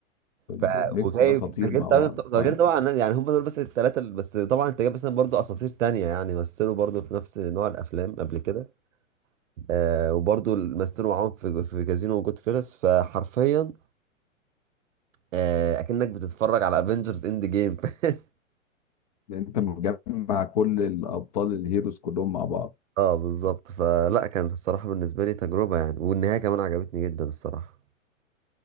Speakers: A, on the left; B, on the right.
A: ال-
B: ف
A: الميكس
B: وجايب
A: ده خطير
B: ده غير
A: مع
B: طبعا
A: بعض
B: ده
A: اه
B: غير طبعا يعني هم دول بس الثلاثه ال- بس طبعا انت جايب مثلا برضو اساطير تانية يعني مثلوا برضو في نفس نوع الافلام قبل كده آه وبرضو مثلوا معاهم في في كازينو وجود فيلس فحرفيا آه اكنك بتتفرج على افنجرز اند جيم <laughs>
A: لان انت مجمع كل الابطال الهيروز كلهم مع بعض
B: اه بالظبط فلا كانت الصراحه بالنسبه لي تجربه يعني والنهايه كمان عجبتني جدا الصراحه